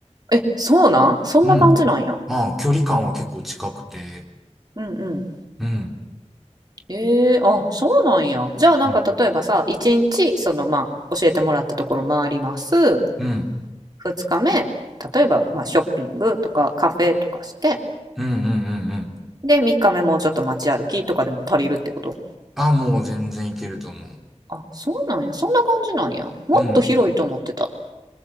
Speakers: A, on the right; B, in the centre.
A: え、そうなんそんな感じなんや。
B: うん。ああ、距離感は結構近くて、
A: うん、うん。
B: うん。
A: ええあ、そうなんや。じゃあなんか例えばさ、
B: うん。
A: 1日そのまあ教えてもらったところ回ります。
B: うん。
A: 2日目、例えばまあショッピングとかカフェとかして、
B: うんうんうんうん。
A: で3日目もうちょっと街歩きとかでも足りるってこと。
B: ああ、もう全然いけると思う。
A: あ、そうなんや。そんな感じなんや。もっと広いと思ってた。
B: うん。